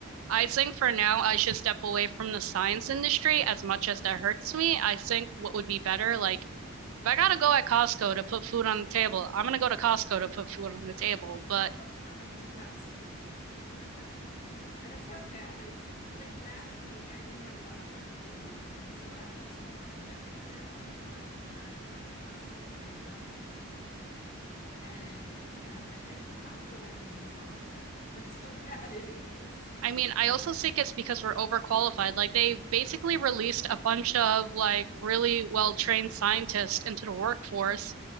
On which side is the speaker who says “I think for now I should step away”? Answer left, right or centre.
Right